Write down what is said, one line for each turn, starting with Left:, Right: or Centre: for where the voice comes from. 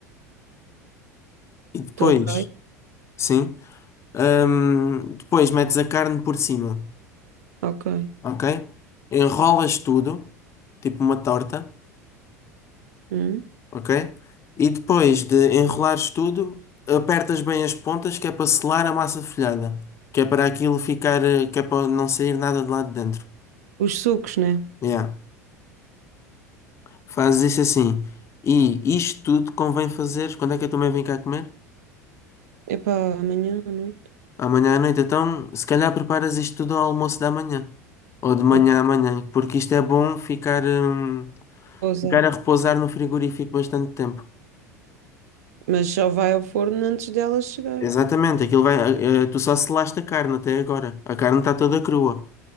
Left: E depois,
Right: Estou ok,
Left: sim, um, depois metes a carne por cima,
Right: ok.
Left: ok? Enrolas tudo, tipo uma torta,
Right: Hum?
Left: ok? E depois de enrolares tudo, apertas bem as pontas que é para selar a massa folhada, que é para aquilo ficar, uh, que é para não sair nada de lá de dentro.
Right: Os sucos, né?
Left: Yeah. Fazes isso assim. E isto tudo convém fazeres. Quando é que eu também venho cá comer?
Right: Epá, amanhã à noite.
Left: Amanhã à noite. Então, se calhar preparas isto tudo ao almoço da manhã. Ou de manhã
Right: Ok,
Left: à manhã. Porque isto é bom ficar, hum,
Right: vou usar.
Left: ficar a repousar no frigorífico bastante tempo.
Right: Mas só vai ao forno antes dela chegar.
Left: Exatamente. Aquilo vai, eh, eh, tu só selaste a carne até agora. A carne está toda crua.